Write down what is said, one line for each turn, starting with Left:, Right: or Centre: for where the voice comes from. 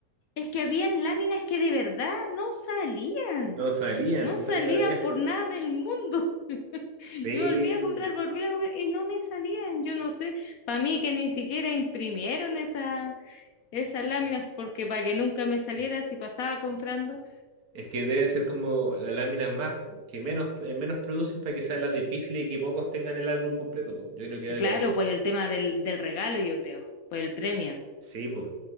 Left: Es que habían láminas que de verdad no salían,
Right: No salía,
Left: no
Right: entonces
Left: salían
Right: salía, salía.
Left: por nada del mundo. <laughs>
Right: Sí.
Left: Yo volví a comprar, volví a comprar y no me salían. Yo no sé, para mí que ni siquiera imprimieron esa, esas láminas porque para que nunca me saliera si pasaba comprando.
Right: Es que deben ser como las láminas más que menos, eh, menos producen para que sean las difíciles y que pocos tengan el álbum completo, po. Yo creo que algo
Left: Claro,
Right: así.
Left: por el tema del, del regalo, yo creo, por el premio.
Right: Sí, pues.